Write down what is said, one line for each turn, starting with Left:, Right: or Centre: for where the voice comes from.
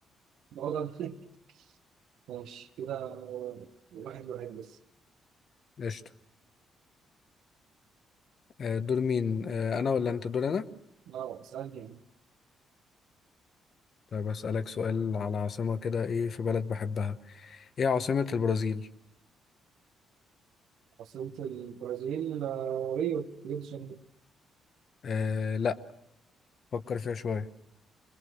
Right: ده وضع- <laughs> ماشي كده آه، واحد واحد بس
Left: قشطة آه، دور مين آه، أنا ولا أنت دور أنا
Right: اه اسألني يعني
Left: طيب أسألك سؤال على عاصمة كده إيه في بلد بحبها إيه عاصمة البرازيل
Right: عاصمة البرازيل آه، ريو ريو دي جانيرو
Left: أه لا فكر فيها شوية